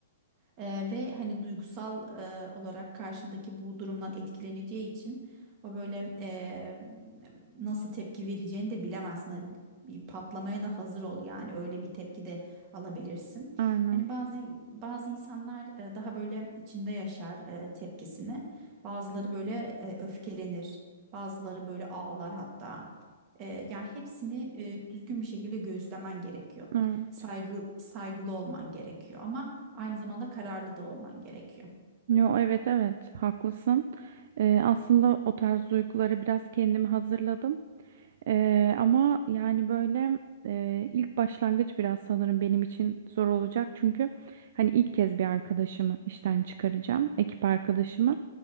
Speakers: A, on the right; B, on the right.
A: Eee, ve hani duygusal eee, olarak karşındaki bu durumdan etkileneceği için o böyle eee, nasıl tepki vereceğini de bilemezsin. Hani Bir patlamaya da hazır ol yani öyle bir tepki de alabilirsin.
B: Aynen.
A: Hani bazı bazı insanlar eee, daha böyle içinde yaşar eee, tepkisini. Bazıları böyle eee, öfkelenir. Bazıları böyle ağlar hatta. E, yani hepsini e, düzgün bir şekilde göğüslemen gerekiyor.
B: Evet.
A: Saygı, saygılı olman gerekiyor ama aynı zamanda kararlı da olman gerekiyor.
B: Yo, evet evet haklısın. Ee, aslında o tarz duyguları biraz kendimi hazırladım. Ee, ama yani böyle e, ilk başlangıç biraz sanırım benim için zor olacak. Çünkü hani ilk kez bir arkadaşımı işten çıkaracağım. Ekip arkadaşımı